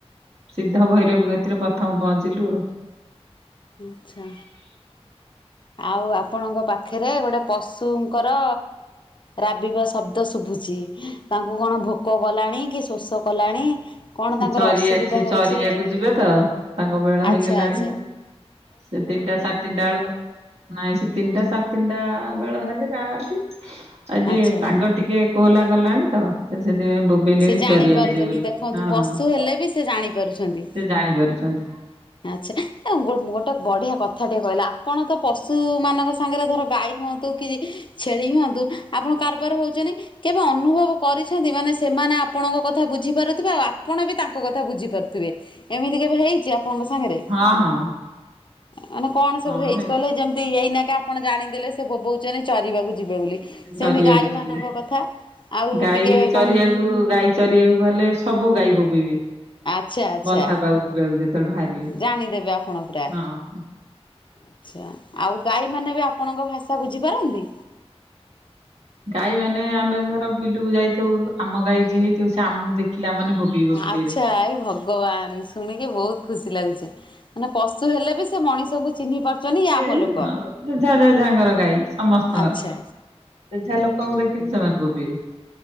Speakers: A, on the right; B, on the left.
A: ସିଦ୍ଧ ଭୈରବୀ କତିରେ ପ୍ରଥମ ପହଞ୍ଚିଲୁ।
B: ଆଛା ଆଉ ଆପଣଙ୍କ ପାଖରେ ଗୋଟେ ପଶୁ ଶୁ ଙ୍କର ରାବିବା ଶବ୍ଦ ଶୁଭୁଛି ତାଙ୍କୁ କଣ ଭୋକ କଲାଣି କି ଶୋଷ କଲାଣି କଣ
A: ସେ
B: ତାଙ୍କର
A: ଚରି
B: ଅସୁବିଧା
A: ଆସି
B: ହଉଛି?
A: ଚରିଆକୁ ଯିବେ ତ ତାଙ୍କ ବେଳ
B: ଆଛା
A: ହେଇଗଲାଣି।
B: ଆଛା।
A: ସେ ତିନିଟା ସାଢ଼େ ତିନିଟା ବେଳକୁ ନାଇଁ ସେ ତିନିଟା ସାଢ଼େ ତିନିଟା ବେଳ ହେଲେ ଯାଆନ୍ତି ଆଉ ଟିକେ
B: ଆଚ୍ଛା
A: ପାଗ ଟିକେ କୋହଲା କଲାଣି ତ ସେ ସେଥିପାଇଁ ବୋବିଲେଣି
B: ସେ ଜାଣିପାରୁଛନ୍ତି
A: ଚରିବାକୁ ଯିବେ ବୋଲି
B: ଦେଖନ୍ତୁ
A: ହଁ।
B: ପଶୁ ହେଲେ ବି ସେ ଜାଣି ପାରୁଛନ୍ତି?
A: ସେ ଜାଣି ପାରୁଛନ୍ତି
B: ଆଛା ଗୋଟେ ବଢିଆ କଥା ଟିକେ କହିଲା ଆପଣ ତ ପଶୁ ମାନଙ୍କ ସାଙ୍ଗରେ ଧର ଗାଈ ହୁଅନ୍ତୁ କି ଛେଳି ହୁଅନ୍ତୁ ଆପଣ କାରବାର ହଉଛନ୍ତି କେବେ ଅନୁଭବ କରିଛନ୍ତି। ମାନେ ସେମାନେ ଆପଣଙ୍କ କଥା ବୁଝିପାରୁ ଥିବେ ଆଉ ଆପଣ ବି ତାଙ୍କ କଥା ବୁଝିପାରୁଥିବେ ଏମିତି କେବେ ହେଇଛି? ଆପଣଙ୍କ ସାଙ୍ଗରେ
A: ହଁ ହଁ
B: ମାନେ କଣ ସବୁ
A: ହଁ
B: ହେଇଛି
A: ହେଇ
B: କହିଲେ ଯେମିତି ଏଇନା ଆପଣ ଜାଣି ଦେଲେ ସେ ବୋବଉଚନି ଚରିବାକୁ ଯିବେ ବୋଲି ସେମିତି
A: ଚରିବାକୁ
B: ଗାଈ
A: ଯିବେ
B: ମାନଙ୍କ କଥା ଆଉ
A: ଗାଈ
B: ଟିକେ
A: ଚରିବାକୁ
B: କହୁନ
A: ଗାଈ ଚରିବାକୁ ହେଲେ ସବୁ ଗାଈ ବୋବେଇବେ
B: ଆଛା ଆଛା
A: ବନ୍ଧା ପାକୁ ଯିବାକୁ ଯେତେବେଳେ ବାହାରିବେ
B: ଜାଣିଦେବେ ଆପଣ ପୁରା
A: ହଁ।
B: ଆଛା ଆଉ ଗାଈ ମାନେ ବି ଆପଣଙ୍କ ଭାଷା ବୁଝିପାରନ୍ତି?
A: ଗାଈ ମାନେ ଆମେ ଧର ବିଲୁକୁ ଯାଇଥଉଁ ଆମ ଗାଈ ଯିଏ ହେଇଥିବ ସେ ଆମକୁ ଦେଖିଲା ମାନେ ବୋବେଇବ ବିଲେରେ।
B: ଆଛା ଏ ଭଗବାନ ଶୁଣିକି ବହୁତ ଖୁସି ଲାଗୁଛି ମାନେ ପଶୁ ହେଲେ ବି ସେ ମଣିଷଙ୍କୁ ଚିହ୍ନି ପାରୁଛନ୍ତି ଇଏ ଆମ
A: ଜେଝା
B: ଲୋକ।
A: ଜେଝା ଙ୍କର ଗାଈ ସମସ୍ତଙ୍କର
B: ଆଚ୍ଛା
A: ଯେଝା ଲୋକଙ୍କୁ ଦେଖିକି ସେମାନେ ବୋବେଇବେ।